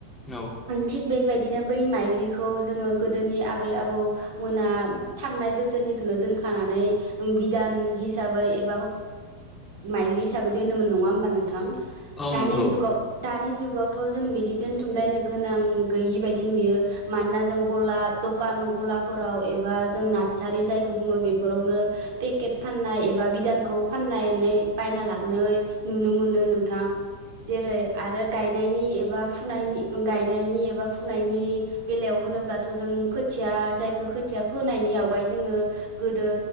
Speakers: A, on the left; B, on the right.
A: औ
B: थिग बेबायदिनो बै माइलिखौ जोङो गोदोनि आबै- आबौ मोना थांनाय बोसोरनिखौनो दोनखानानै। बिधान हिसाबै ओ माइलि हिसाबै दोनोमोन नङा होमबा नोंथां।
A: औ
B: दानि
A: नंगौ
B: जुगाव दानि जुगाव थ' जों बिदि दोनथुमलायनो गोनां गैयि बायदि नुयो मानोना जों गला <unintelligible> दखान गलाफोराव एबा जों नारसारि जायखौ बुङो बेफोरावनो पेकेट फाननाय एबा बिदानखौ फाननानै बायना लाना नै नुनो मोनो नोंथां। जेरै आरो गायनायनि एबा फुनायनि -गायनायनि एबा फुनायनि बेलायाव होनोब्लाथ' जों खोथिया जायखो खोथिया फोनायनि आवगाय जोङो गोदो